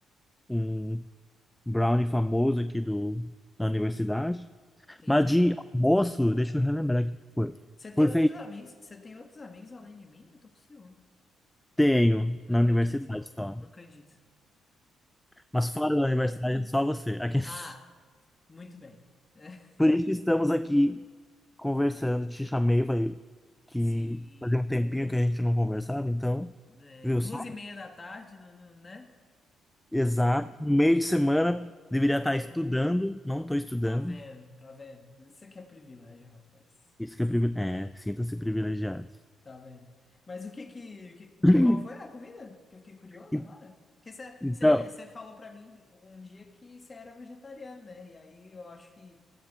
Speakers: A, in the centre; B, on the left (about 25°).
A: um brownie famoso aqui do, da universidade.
B: Sim.
A: Mas de almoço, deixa eu relembrar o que que foi.
B: Você
A: Foi
B: tem outros amigos? Você tem outros amigos além de mim? Eu tô com ciúme.
A: Tenho,
B: Não
A: na
B: acredito,
A: universidade
B: não.
A: só.
B: Não acredito.
A: Mas fora da universidade, é só você. Aqui.
B: Ah,
A: <laughs>
B: muito bem. <laughs>
A: Por isso que estamos aqui conversando. Te chamei, falei que
B: Sim.
A: fazia um tempinho que a gente não conversava, então,
B: É,
A: viu
B: duas
A: só?
B: e meia da tarde, não, não, né?
A: Exato. Meio de semana,
B: Três
A: deveria
B: da
A: estar
B: manhã.
A: estudando, não estou estudando.
B: Tá vendo, tá vendo. Isso aqui é privilégio, rapaz.
A: Isso que é privilégio. É, sinta-se privilegiado.
B: Tá vendo? Mas o que que, que-
A: <laughs>
B: qual foi a comida? Que eu fiquei curioso
A: En-
B: agora. Porque você
A: Então,
B: falou pra mim um dia que você era vegetariano, né? E aí eu acho que